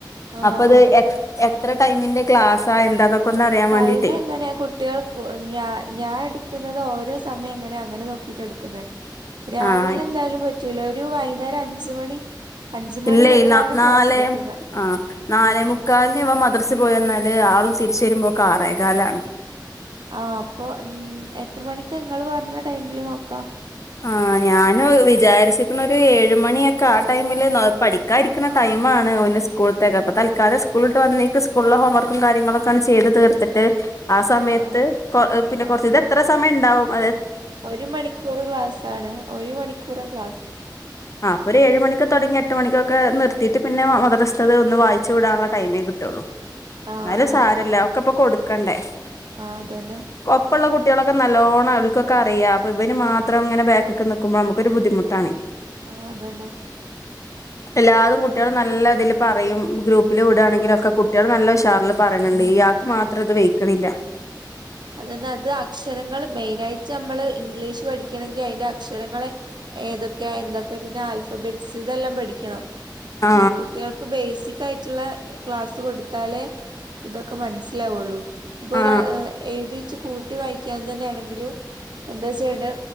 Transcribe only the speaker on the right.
ആഹ്
ആഹ്
ടൈം
എങ്ങനെയാ കൊട്- കുട്ടികൾക്ക്‌ ഞ ഞാൻ എടുക്കുന്നത് ഓരോ സമയം എങ്ങനെയ അങ്ങനെ നോക്കിട്ട എടുക്കുന്നത് രാവിലെ
എന്തായാലും പറ്റൂല ഒരു വൈകുന്നേരം അഞ്ച് മണി അഞ്ച് മണി
മുതലാണ്
ക്ലാസ് എടുക്കുന്നെ
ആഹ് അപ്പൊ ഉം എത്ര മണിക്ക് ഇങ്ങള് പറഞ്ഞ ടൈമില് നോക്കാം
ആഹ് ആഹ്
ആഹ്
ഒരു മണിക്കൂർ ക്ലാസ് ആണ് ഒരു മണിക്കൂർ ക്ലാസ്
ആ
ആഹ്
ആഹ്
ശരി
ഉം ആഹ് അതന്നെ
ആ അത് തന്നെ
അത് എന്നാ അത് അക്ഷരങ്ങൾ മെയിനയിട്ട് നമ്മള് ഇംഗ്ലീഷ് പഠിക്കണങ്കീലെ അതിന്റെ അക്ഷരങ്ങളെ- ഏതൊക്കെയ എന്തൊക്കെ പിന്നെ ആൽഫബെറ്റ്സ് ഇതെല്ലാം പഠിക്കണം
കുട്ടികൾക്ക് ബേസിക്- സിക് അയിട്ടള്ള ക്ലാസ് കൊടുത്താലേ ഇതൊക്കെ മനസ്സിലാവുള്ളൂ ഇപ്പൊ
എഴുതിട്ട് കൂട്ടി വായിക്കാൻ തന്നെയാണെങ്കിലും - എന്താ ചെയ്യേണ്ടേ